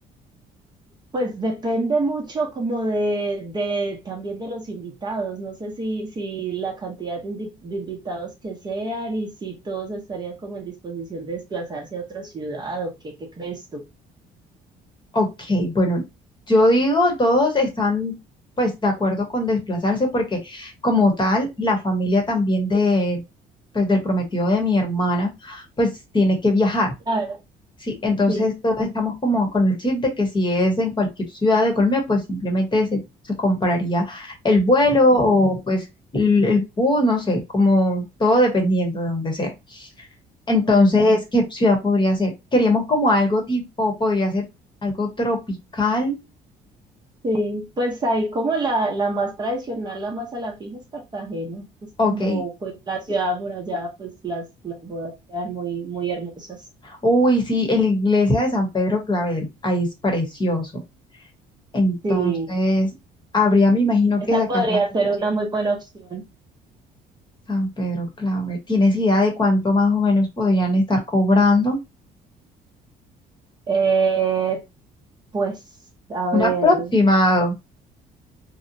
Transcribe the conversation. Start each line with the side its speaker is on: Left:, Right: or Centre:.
Right: Pues depende mucho como de, de también de los invitados. No sé si, si la cantidad de, indi- de invitados que sean y si todos estarían como en disposición de desplazarse a otra ciudad o qué, ¿qué crees tú?
Left: Ok, bueno, yo digo, todos están pues de acuerdo con desplazarse porque como tal, la familia también de pues del prometido de mi hermana pues tiene que viajar.
Right: Claro,
Left: Sí, entonces
Right: sí.
Left: todos estamos como con el chip de que si es en cualquier ciudad de Colombia, pues simplemente se, se compraría el vuelo o pues el, el bus, no sé, como todo dependiendo de donde sea. Entonces,
Right: ujú,
Left: ¿qué ciudad podría ser? Queríamos como algo tipo, podría ser algo tropical.
Right: Sí, pues ahí como la, la más tradicional, la más a la fija es Cartagena. Es como
Left: Ok.
Right: pues, la ciudad amurallada, pues las, las bodas quedan muy, muy hermosas.
Left: Uy, sí, en la iglesia de San Pedro Clavel, ahí es precioso. Entonces,
Right: Sí.
Left: habría, me imagino
Right: Esa
Left: que sacar
Right: podría
Left: la... cosa.
Right: ser una muy buena opción.
Left: San Pedro Claver. ¿Tienes idea de cuánto más o menos podrían estar cobrando?
Right: Eh, pues, a ver,
Left: Un aproximado.